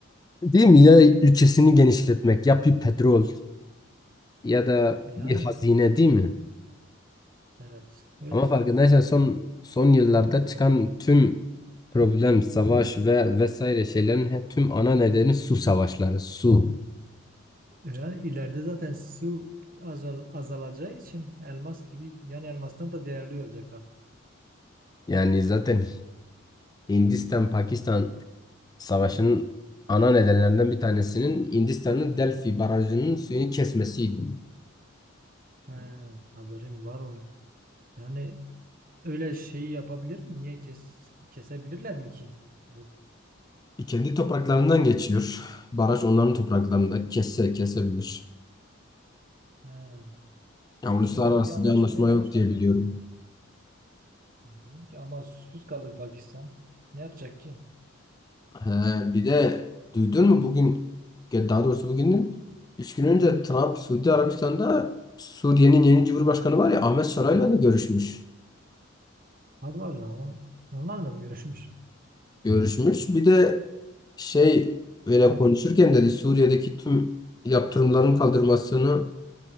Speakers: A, on the left; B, on the right.
A: Değil mi? Ya ülkesini genişletmek, ya bir petrol ya da
B: E yani
A: bir hazine değil mi?
B: evet öyleydi
A: Ama farkındaysan
B: yani.
A: son son yıllarda çıkan tüm problem, savaş ve vesaire şeylerin he- tüm ana nedeni su savaşları, su.
B: Yani ileride zaten su azal, azalacağı için elmas gibi yani elmastan da değerli olacak artık.
A: Yani zaten Hindistan-Pakistan savaşının ana nedenlerinden bir tanesinin Hindistan'ın Delfi barajının suyunu kesmesiydi.
B: He, haberim var onun. Yani öyle şey yapabilir mi? Niye kes, kesebilirler mi ki? Bu,
A: E, Kendi topraklarından
B: bilmiyorum.
A: geçiyor. Baraj onların topraklarında kesse kesebilir.
B: He,
A: Ya uluslararası
B: bilmiyorum ki bir anlaşma
A: bir anlaşma
B: yapmışlar
A: yok diye
B: böyle.
A: biliyorum.
B: Bilmiyorum ki ama susuz kalır Pakistan. Ne yapacak ki?
A: He, bir de duydun mu bugün ya daha doğrusu bugünün 3 gün önce Trump Suudi Arabistan'da Suriye'nin yeni Cumhurbaşkanı var ya Ahmet Şaray'la da görüşmüş.
B: Allah Allah. on- Onlarla mı görüşmüş?
A: Görüşmüş. Bir de şey böyle
B: <laughs> He,
A: konuşurken dedi Suriye'deki tüm yaptırımların kaldırmasını